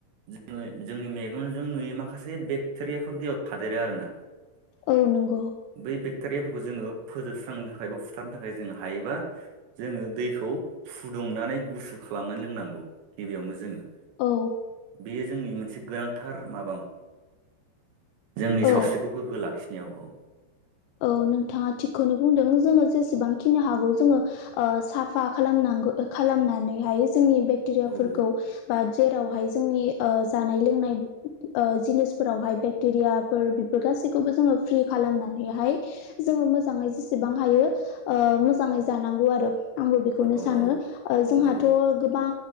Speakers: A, on the right (about 80°); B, on the left (about 85°).
A: जोङो जोंनि मेगनजों नुयो माखासे बेक्टेरियाफोर दैयाव थादेरो आरोना?
B: औ नंगौ।
A: बे बेक्टेरिया जोङो फोजोबस्रांनो थाखाय बा फुथारनो थाखाय जोङो हायोबा जोङो दैखौ फुुंदुं नानै गुसुर खालामनानै लोंनांगौ गिबियावनो जोङो।
B: औ।
A: बेयो जोंनि मोनसे गोनांथार माबा? मा जोंनि सावस्रिखौ
B: औ
A: गोग्गो लाखिनो याव औ।
B: औ नोंथाङा थिगखौनो बुंदों। जोङो जेसेबां खिनो हागौ जोङो साफा खालामना खालामनानै हायो। जोंनि बेक्टेरियाफोरखौ
A: औ
B: बा जेरावहाय जोंनि ओ जानाय लोंनाय ओ जिनिसफोरावहाय बेक्टेरियाफोर बेफोर गासैखौबो जोङो फ्रि खालामनानै हाय जोङो मोजाङै जेसेबां हायो ओ मोजाङै जानांगौ आरो। आंबो बेखौनो
A: औ
B: सानो ओ जोंहाथ'
A: औ
B: गोबां